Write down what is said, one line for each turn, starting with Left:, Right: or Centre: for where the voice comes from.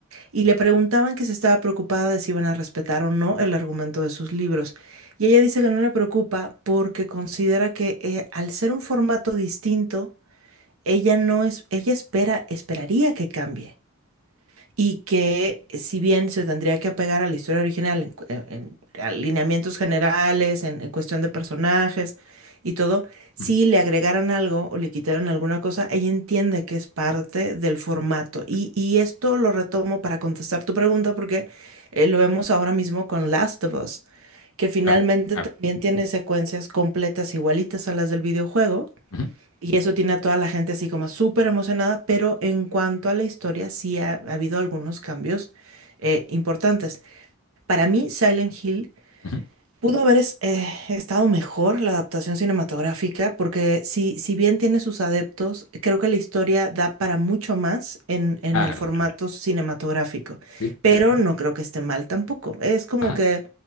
Right: y le preguntaban que si estaba preocupada de si iban a respetar o no el argumento de sus libros. Y ella dice que no le preocupa porque considera que eh, al ser un formato distinto, ella no es, ella espera, esperaría que cambie y que si bien se tendría que apegar a la historia original en, cu- en- en alineamientos generales, en, en cuestión de personajes y todo, si
Left: ujú.
Right: le agregaran algo o le quitaran alguna cosa, ella entiende que es parte del formato. Y, y esto lo retomo para contestar tu pregunta porque eh, lo vemos ahora mismo con Last of Us, que finalmente
Left: Claro, claro.
Right: también tiene secuencias completas igualitas a las del videojuego
Left: ujú.
Right: y eso tiene a toda la gente así como súper emocionada, pero en cuanto a la historia sí ha, ha habido algunos cambios eh, importantes. Para mí, Silent Hill
Left: Ujú.
Right: pudo haber es- eh, estado mejor la adaptación cinematográfica, porque si, si bien tiene sus adeptos, creo que la historia da para mucho más en, en
Left: Claro,
Right: el formato
Left: claro.
Right: cinematográfico,
Left: Sí,
Right: pero
Left: sí, sí.
Right: no creo que esté mal tampoco. Es como
Left: Ajá,
Right: que